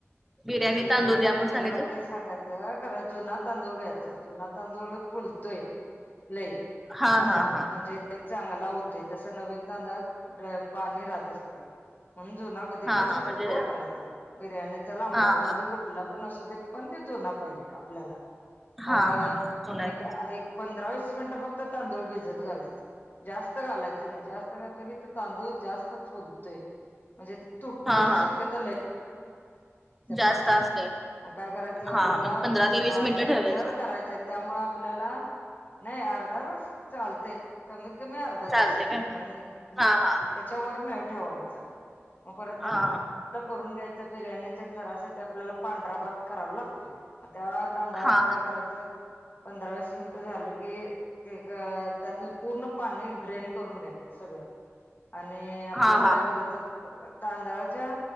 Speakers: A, in the centre; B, on the left.
A: बिर्याणी
B: दुकाांनात
A: तांदूळ द्या म्हणून
B: तर, गेल्यावर
A: सांगायचं काय
B: ते सांगत- खरा जुना तांदूळ घ्यायचा, जुना तांदूळ हे फुलतोय लय-
A: हा
B: असा
A: हा हा
B: म्हणजे चांगला होतंय, तसं नवीन तांदळात डा पाणी पाणी राहत असतय, म्हणून जुना कधी
A: हा
B: पण
A: हा
B: शक्यतो
A: म्हणजे
B: वापरायचा, बिर्याणीचा लांबडा
A: हा
B: तांदूळ
A: हा
B: कुठ कुठला पण असू दे, पण ते जूना पाहिजे आपल्याला. मग
A: हा हा हा चुनाच
B: एक, एक पंधरा वस मिनिटं फक्त तांदूळ भिजत घालायचं जास्त घालायचं नाही जास्त घातलं की‌ तांदूळ जास्त फुलतोय म्हणजे तुटण्याची
A: हा हा
B: शक्यता.
A: जास्त
B: पाणी
A: असते
B: काय करायचं
A: हा
B: आपल्याला
A: म्हणजे पंधरा ते वीस
B: भात
A: मिनिटं ठेवायचे
B: थर करायच. त्यामुळे आपल्याला नाही अर्धा तास चालत. कमीत कमी अर्धा
A: चालते
B: तास
A: काय
B: नाही नाही.
A: हा हा
B: त्याच्यावर नाही ठेवायचा. मग परत
A: हा
B: भात करून घ्यायचा. बिर्याणी त्या थरासाठी आपल्याला पांढरा भात करायला लागतोय. मग त्या तांदळाच
A: हा
B: काय करायचं. पंधरा-वीस मिनिट झालं की, एक त्यातलं पूर्ण पाणी ड्रेन करून घ्यायचं. सगळं, आणि आपल्याला
A: हा हा
B: काय करायचं तांदळाच्या